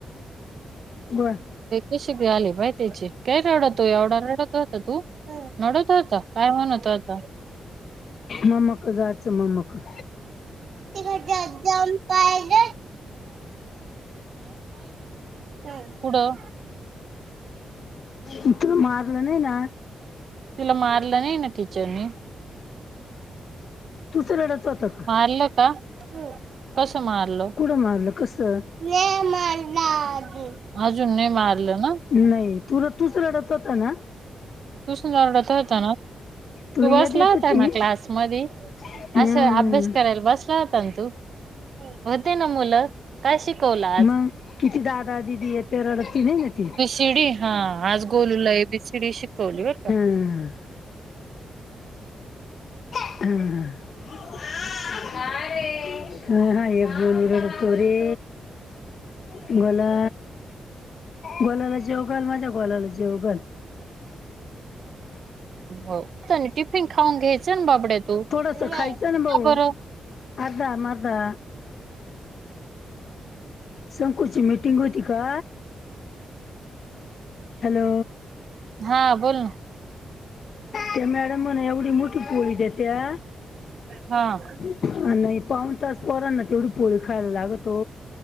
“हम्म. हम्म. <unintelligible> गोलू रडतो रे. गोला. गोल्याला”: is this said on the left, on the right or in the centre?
Left